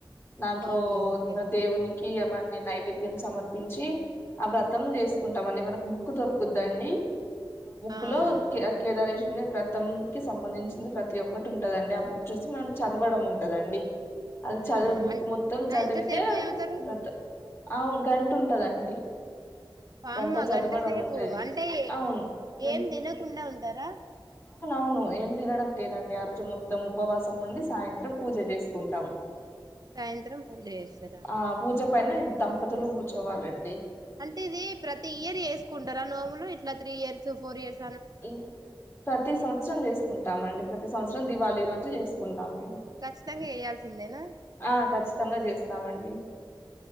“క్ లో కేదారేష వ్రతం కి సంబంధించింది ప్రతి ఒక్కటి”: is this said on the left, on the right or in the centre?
Left